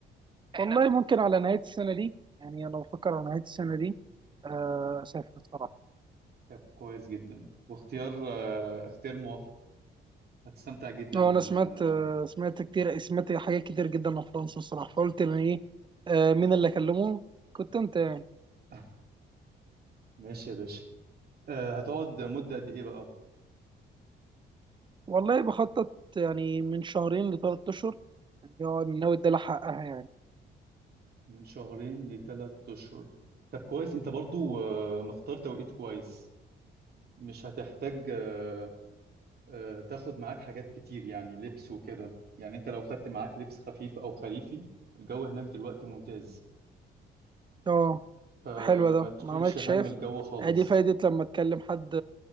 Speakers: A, on the right; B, on the right.
A: والله ممكن على نهايه السنه دي يعني انا بفكر على نهايه السنه دي آه، اسافر الصراحه
B: طب كويس جدا واختيار آه، اختيار موفق هتستمتع جدا
A: اه انا سمعت
B: آه،
A: آه، سمعت كتير سمعت حاجات كتير جدا عن فرنسا الصراحه فقلت ان ايه آه، مين اللي اكلمه كنت انت يعني
B: <laughs> ماشي يا باشا آه، هتقعد مدة قد ايه بقى
A: والله بخطط يعني من شهرين لثلاث اشهر يعني هو ناوي ادي لها حقها يعني
B: من شهرين لثلاث اشهر طب كويس انت برضو آه، مختار توقيت كويس مش هتحتاج آه، آه، تاخد معاك حاجات كتير يعني لبس وكده يعني انت لو خدت معاك لبس خفيف او خريفي الجو هناك دلوقتي ممتاز
A: اه
B: فما
A: حلو ده
B: تشيلش
A: ما عملتش
B: هم
A: شايف
B: الجو خالص
A: ادي فايدة لما اتكلم حد